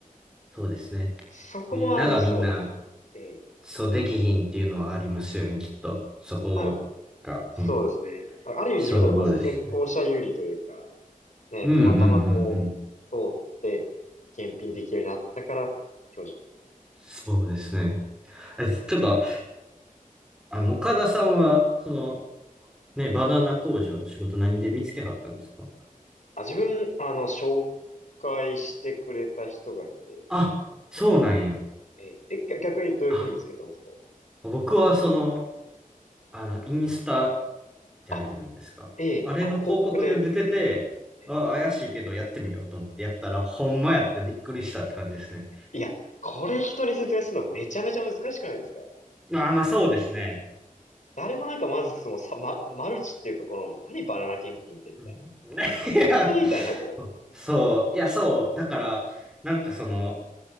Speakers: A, in the centre; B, on the left (about 60°).
A: そうですね。
B: そこもありそうですね。
A: みんながみんな、
B: ええ。
A: そうできひんっていうのはありますよね、きっと。そこが、
B: あの、
A: ほん
B: そうですね。あある意味自分たちはまあ先行者有利というか、
A: そうです。
B: ね、
A: うんうんうんうん。
B: たまたまこう、通って、検品できるようになったから、享受できる
A: そうですね。え、とか、あの、岡田さんは、その、
B: ええ
A: ね、バナナ工場の仕事何で見つけはったんですか
B: あ、自分、あの、紹介してくれた人がいて、
A: あ、そうなんや。
B: ええ、え、逆逆にどういうふうに見つけたんですか
A: あ、僕はその、あの、インスタってあるじゃないですか。
B: あ、ええ、
A: あれの広告で出てて、
B: あ、広告で、ええ。
A: あ、怪しいけどやってみようと思ってやったら、ほんまやってびっくりしたって感じですね。
B: いや、これ人に説明するのめちゃめちゃ難しくないですか
A: あー、まあそうですね。
B: 誰もなんかまずそのさ、ま、マルチっていうかこの何バナナ検品ってみたいな。
A: うん <laughs> いや、
B: 本当にみたいなこう。
A: そう、いや、そう、だから、なんかその、